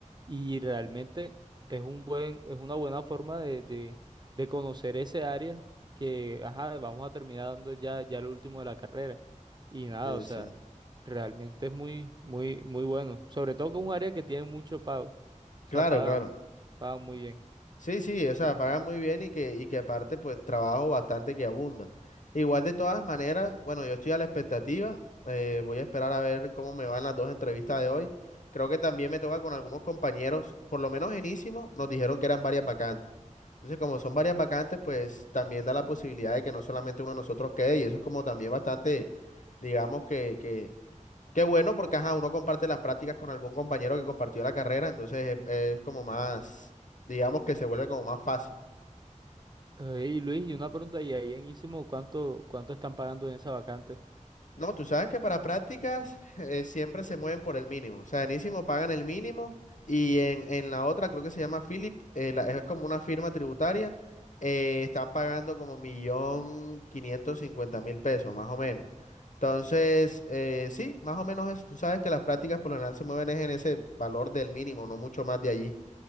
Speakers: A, on the right (about 35°); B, on the left (about 70°).
A: y realmente es un buen, es una buena forma de, de, de conocer ese área que, ajá, vamos a terminar dando ya, ya lo último de la carrera. Y nada,
B: Sí,
A: o sea,
B: sí.
A: realmente es muy, muy, muy bueno. Sobre todo que es un área que tiene mucho pago, o sea,
B: Claro,
A: pagan,
B: claro.
A: pagan muy bien.
B: Sí, sí, o sea, pagan muy bien y que, y que aparte, pues, trabajo bastante que abunda. Igual de todas maneras, bueno, yo estoy a la expectativa. eh, voy a esperar a ver cómo me van las dos entrevistas de hoy. Creo que también me toca con algunos compañeros, por lo menos en Ísimo, nos dijeron que eran varias vacantes. Entonces, como son varias vacantes, pues también da la posibilidad de que no solamente uno de nosotros quede, y eso es como también bastante, digamos que, que Qué bueno porque, ajá, uno comparte las prácticas con algún compañero que compartió la carrera, entonces es, es como más, digamos que se vuelve como más fácil.
A: Eh, Y Luis, y una pregunta, ¿y ahí en Ísimo cuánto, cuánto están pagando en esa vacante?
B: No, tú sabes que para prácticas eh, siempre se mueven por el mínimo, o sea, en ISIMO pagan el mínimo y en, en la otra, creo que se llama Philip, eh, la- es como una firma tributaria, eh, están pagando como millón quinientos cincuenta mil pesos, más o menos. Entonces, eh, sí, más o menos eso. Tú sabes que las prácticas por lo general se mueven es en ese valor del mínimo, no mucho más de allí.